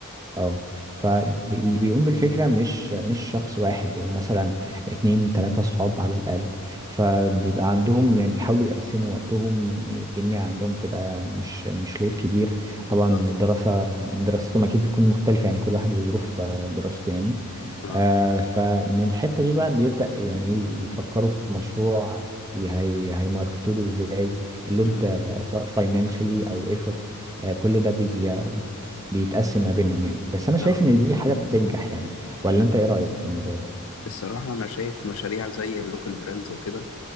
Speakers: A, on the right; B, on the left.
A: اه فاللي بيقوم بالفكرة مش مش شخص واحد بيبقى مثلا اتنين تلاتة صحاب على الأقل فبيبقى عندهم يعني بيحاولوا يقسموا وقتهم الدنيا عندهم تبقى مش مش لود كبير طبعا
B: اه
A: الدراسة دراستهم أكيد بتكون مختلفة يعني كل واحد وظروف آه، دراسته يعني
B: اه
A: آه، فمن الحتة دي بقى بيبدأ يعني إيه يفكروا في مشروع ي- هي هيماركتوله ازاي اللود
B: مم.
A: آه، سواء فاينانشلي او ايفورت كل ده بي بيتقسم ما بينهم يعني بس انا شايف
B: آه.
A: ان دي حاجه بتنجح يعني ولا انت ايه رايك في الموضوع ده
B: الصراحة أنا شايف مشاريع زي اللوكال براندز وكده